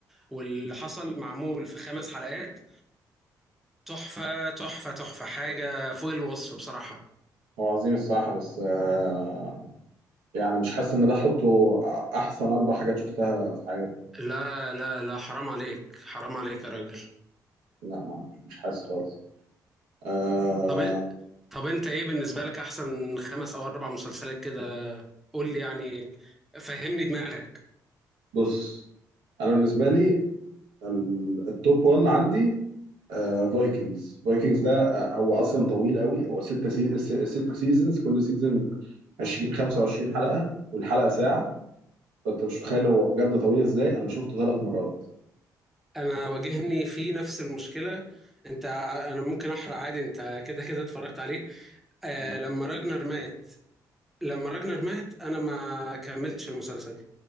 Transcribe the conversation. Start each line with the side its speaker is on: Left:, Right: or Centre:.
Centre: واللي حصل معمول في خمس حلقات تحفه تحفه تحفه حاجه فوق الوصف بصراحه
Right: هو عظيم الصراحة بس آه يعني مش حاسس ان ده احطه احسن اربع حاجات شفتها في حياتي
Centre: لا لا لا حرام عليك حرام عليك يا راجل
Right: لا ما مش حاسس خالص آه
Centre: طب إ- طب انت ايه بالنسبه لك احسن خمس او اربع مسلسلات كده قول لي يعني فهمني دماغك
Right: بص انا بالنسبة لي ال- التوب 1 عندي فايكنجز فايكنجز ده آه، هو اصلا طويل قوي هو ست سي... ست سيزونز كل سيزون 20 25 حلقة والحلقة ساعة فانت مش متخيل هو بجد طويل ازاي انا شفته ثلاث مرات
Centre: انا واجهني في نفس المشكله انت انا ممكن احرق عادي انت كده كده اتفرجت عليه آه
Right: مم.
Centre: لما راجنر مات لما راجنر مات انا ما كملتش المسلسل